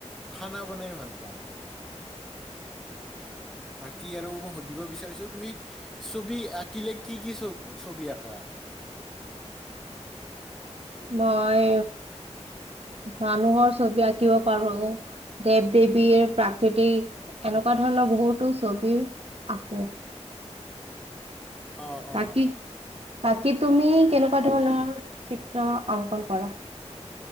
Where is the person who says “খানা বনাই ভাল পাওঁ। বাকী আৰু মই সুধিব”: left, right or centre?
Centre